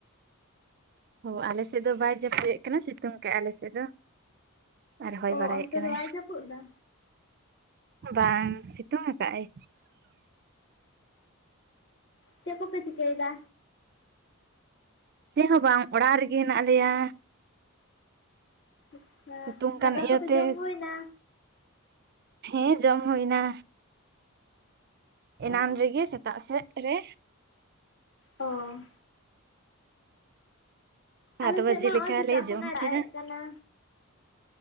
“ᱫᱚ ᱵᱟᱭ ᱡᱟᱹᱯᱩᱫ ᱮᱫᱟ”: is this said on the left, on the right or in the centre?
Left